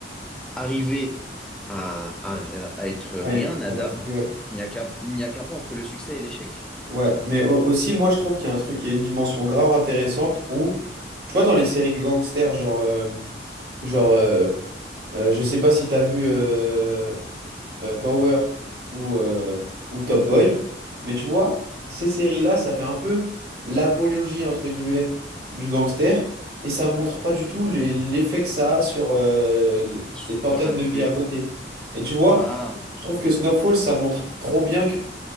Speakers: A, in the centre; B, on the right.
A: arriver à, à, à être rien,
B: Ouais,
A: nada,
B: on reste- ouais.
A: il n'y a qu'un, il n'y a qu'un pas entre le succès et l'échec.
B: Ouais, mais au- aussi, moi, je trouve qu'il y a un truc, il y a une dimension grave intéressante où, tu vois, dans les séries de gangsters, genre, euh, genre euh, euh, je sais pas si t'as vu euh, euh, Power ou, euh, ou Top Boy, mais tu vois, ces séries-là, ça fait un peu l'apologie, entre guillemets, du gangster, et ça montre pas du tout les- l'effet que ça a sur euh, les,
A: Sur
B: les centaines
A: la populaire.
B: de vies à côté. Et tu vois,
A: Ah,
B: je trouve que Snowfall, ça montre trop bien